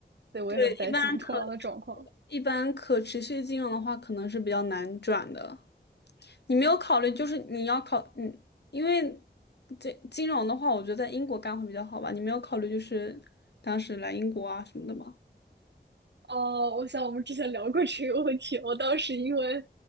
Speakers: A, on the right; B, on the left.
A: 所以我也很担心同样的状况。
B: 对，一般可一般可持续金融的话，可能是比较难转的。你没有考虑，就是你要考，嗯，因为这金融的话，我觉得在英国干会比较好吧。你没有考虑就是当时来英国啊什么的吗？
A: 哦，我想我们之前聊过这个问题。我当时因为，